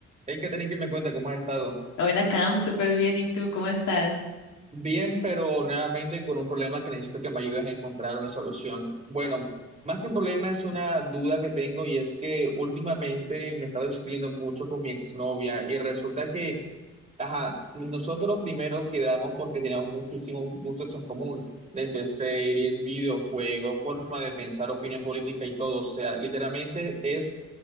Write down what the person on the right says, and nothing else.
Hay que tener que me cuenta cómo has estado.
Bien, pero nuevamente con un problema que necesito que me ayudes a encontrar una solución. Bueno, más que un problema es una duda que tengo y es que últimamente me he estado discutiendo mucho con mi exnovia y resulta que, ajá, nosotros primero quedamos porque teníamos muchísimos gustos en común, desde series, videojuegos, forma de pensar, opinión política y todo. O sea, literalmente es